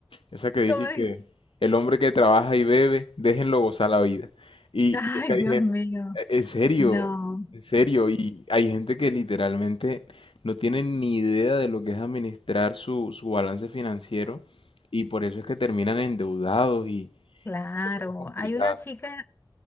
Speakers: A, on the left; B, on the left.
A: Esa que
B: <laughs>
A: dice
B: Como
A: que
B: dice,
A: el hombre que trabaja y bebe, déjenlo gozar la vida. Y,
B: ay,
A: y es que hay
B: Dios
A: gente,
B: mío,
A: en serio,
B: no.
A: en serio, y hay gente que literalmente no tiene ni idea de lo que es administrar su, su balance financiero y por eso es que terminan endeudados y
B: Claro,
A: personas complicadas.
B: hay una chica,